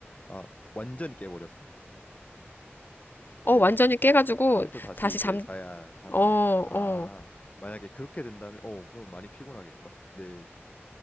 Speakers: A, on the left; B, on the left.
A: 아, 완전히 깨버렸어?
B: 어,
A: 예를
B: 완전히
A: 들어?
B: 깨가지고
A: 처음부터 다시
B: 다시
A: 이제
B: 잠,
A: 자야 하는,
B: 어,
A: 아,
B: 어,
A: 만약에 그렇게 된다면, 어, 그러면 많이 피곤하겠다. 네,